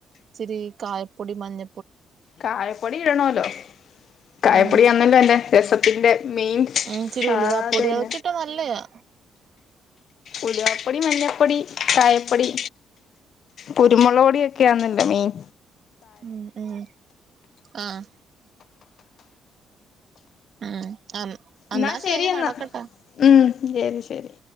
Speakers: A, on the right (about 55°); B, on the left (about 60°).
A: ഇച്ചിരികായപ്പൊടി മഞ്ഞ
B: കായപ്പൊടിഇടണോലോ കായപ്പൊടിയാന്നല്ലോ
A: ഉം
B: അയ്‌ന്റെ രെസത്തിന്റെ മെയിൻ
A: ഉം ഇച്ചിരി
B: സാധന
A: ഉലുവാപ്പൊടി അതൊക്കെ ഇട്ടാ നല്ലയാ
B: ഉലുവാപ്പൊടി മഞ്ഞപ്പൊടി കായപ്പൊടി കുരുമൊളകുപ്പൊടി ഒക്കെയാന്നല്ലോ മെയ്ൻ.
A: ഉം ഉം ആഹ് ഉം അന് അന്നാ
B: എന്നാ ശരി
A: ശെരിനടക്കട്ടെ
B: എന്നാ ഉം ശരി ശരി